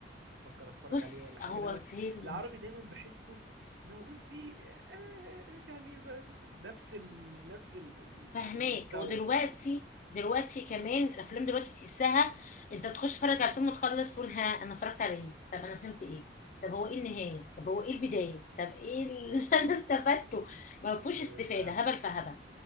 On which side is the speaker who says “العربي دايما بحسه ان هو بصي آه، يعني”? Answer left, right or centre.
Right